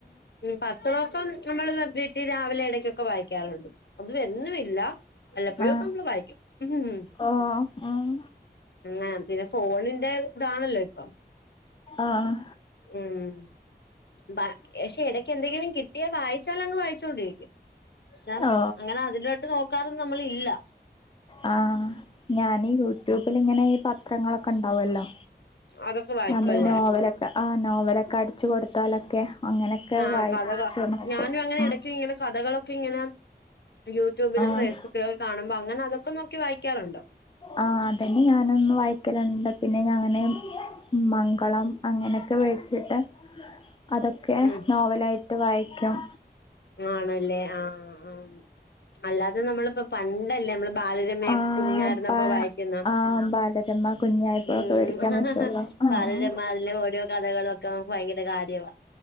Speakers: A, on the left; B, on the left.
A: ഉം പത്രമൊക്കെ നമ്മൾ വീട്ടി രാവിലെ ഇടക്കൊക്കെ വായിക്കാറുണ്ട് അത് എന്നും ഇല്ല വല്ലപ്പോഴും
B: ആഹ്
A: ഒക്കെ നമ്മള് വായിക്കും ഉം
B: ഓ ഉം
A: അങ്ങനെ പിന്നെ ഫോണിന്റെ ഇതാണല്ലോ ഇപ്പം
B: ആഹ്
A: ഉം പക്ഷെ ഇടക്ക് എന്തെങ്കിലും കിട്ടിയാ വായിച്ചാലങ്ങ് വായിച്ച ണ്ടിരിക്കും പക്ഷെ
B: ഓ
A: അങ്ങനെ അതിലോട്ട് നോക്കാറൊന്നും നമ്മള് ഇല്ല
B: ആഹ് ഞാനീ യൂട്യൂബിൽ ഇങ്ങനെ പത്രങ്ങളൊക്കെ ഉണ്ടാവല്ലോ
A: അതൊക്കെ വായിക്കുവല്ലേ
B: നമ്മള് നോവലൊക്കെ ആഹ് നോവലൊക്കെ അടിച്ചു കൊടുത്താലൊക്കെ അങ്ങനൊക്കെ
A: ആഹ്
B: വായിച്ചു
A: കഥകൾ
B: നോക്കും
A: ഞാനും അങ്ങനെ
B: ഉം
A: ഇടക്ക് ഇങ്ങനെ കഥകളൊക്കെ ഇങ്ങനെ യൂട്യൂബിലും
B: ആഹ്
A: ഫേസ്ബുക്കിലൊക്ക കാണുമ്പോ അങ്ങനെ അതൊക്കെ നോക്കി വായിക്കാറുണ്ട്
B: ആഹ് അതന്നെ ഞാനൊന്നും വായിക്കലുണ്ട് പിന്നെ ഞാൻ അങ്ങനെ മംഗളം അങ്ങനെയൊക്കെ വേടിച്ചിട്ട് അതൊക്കെ
A: ഉം
B: നോവലായിട്ട് വായിക്കും
A: ആണല്ലേ ആഹ് അം അല്ലാതെ നമ്മള്പ്പോ പണ്ടല്ലേ നമ്മള് ബാലയരമയൊക്കെ
B: ആ
A: കുഞ്ഞായിരുന്ന
B: പ
A: ഇപ്പൊ വായിക്കുന്ന
B: ആ ബാലരമ കുഞ്ഞായിപ്പൊക്കെ
A: ഉം
B: വേടിക്കാൻ പറ്റുവല്ലോ ആ
A: ബാലരമ
B: ഉം.
A: അതിലെ ഓരോ കഥകള് ഒക്കെ നമുക്ക് ഭയങ്കര കാര്യവാ